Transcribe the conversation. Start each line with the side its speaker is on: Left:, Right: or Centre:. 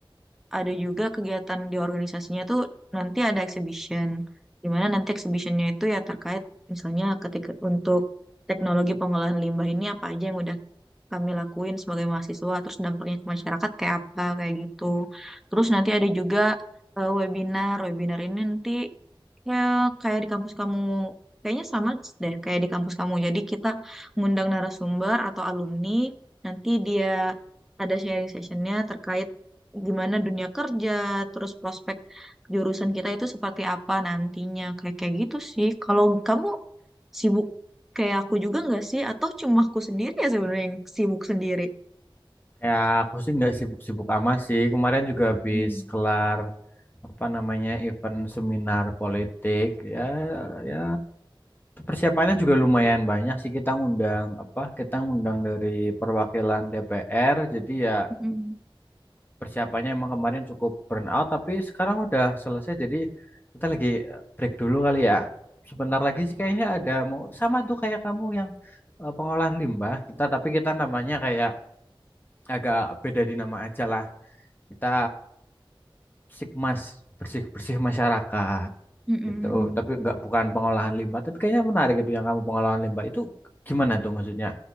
Centre: ada juga kegiatan di organisasinya tuh nanti ada exhibition, di mana nanti exhibitionnya itu ya terkait misalnya ketika untuk teknologi pengolahan limbah ini apa aja yang udah kami lakuin sebagai mahasiswa, terus dampaknya ke masyarakat kayak apa, kayak gitu. Terus nanti ada juga eh, webinar. Webinar ini nanti ya kayak di kampus kamu, kayaknya sama deh kayak di kampus kamu. Jadi kita ngundang narasumber atau alumni, nanti dia ada sharing sessionnya terkait gimana dunia kerja, terus prospek jurusan kita itu seperti apa nantinya. Kayak kayak gitu sih. Kalau kamu sibuk kayak aku juga nggak sih? Atau cuma aku sendiri ya sebenarnya yang sibuk sendiri?
Left: Ya, aku sih nggak sibuk-sibuk amat sih. Kemarin juga habis
Centre: Hmm.
Left: kelar apa namanya event seminar politik ya ya persiapannya juga lumayan banyak sih kita ngundang apa kita ngundang dari perwakilan DPR jadi ya
Centre: Mm-mm.
Left: persiapannya emang kemarin cukup burn out tapi sekarang udah selesai jadi kita lagi break dulu kali ya sebentar lagi sih kayaknya ada mau sama tuh kayak kamu yang eh, pengolahan limbah kita tapi kita namanya kayak agak beda di nama aja lah kita Sikmas bersih-bersih masyarakat
Centre: Mm-mm.
Left: gitu.
Centre: mm-mm.
Left: Tapi nggak bukan pengolahan limbah, tapi kayaknya menarik itu yang kamu pengolahan limbah itu gimana tuh maksudnya